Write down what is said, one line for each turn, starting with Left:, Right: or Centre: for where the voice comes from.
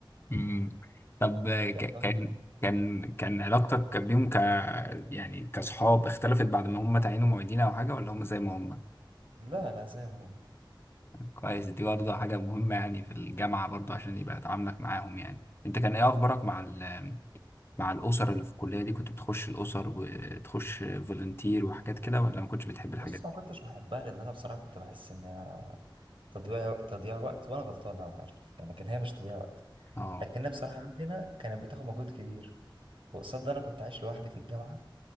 Left: مم. طب ك-
Right: يعني أنا-
Left: كان كان كان علاقتك بيهم ك يعني كصحاب اختلفت بعد ما هم تعينوا معيدين او حاجه ولا هم زي ما هم
Right: لا لا زي ما هم
Left: كويس دي برضه حاجه مهمه يعني في الجامعه برضه عشان يبقى تعاملك معاهم يعني انت كان ايه اخبارك مع ال... مع الاسر اللي في الكليه دي كنت بتخش الاسر وتخش فولنتير وحاجات كده ولا ما كنتش بتحب الحاجات
Right: بص ما كنتش
Left: دي
Right: بحبها لان انا بصراحه كنت بحس ان هي تضييع تضييع وقت وانا غلطان انا عارف يعني كان هي مش تضييع وقت
Left: اه
Right: لكن هي بصراحه عندنا كانت بتاخد مجهود كبير وقصاد ده انا كنت عايش لوحدي في الجامعه